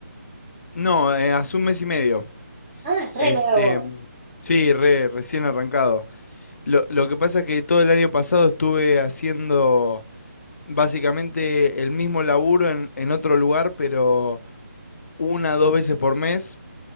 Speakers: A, on the left; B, on the right.
A: No, eh, hace un mes y medio.
B: Ah, es re
A: Este,
B: nuevo.
A: sí, re, recién arrancado. Lo, lo que pasa es que todo el año pasado estuve haciendo básicamente el mismo laburo en, en otro lugar, pero una, dos veces por mes,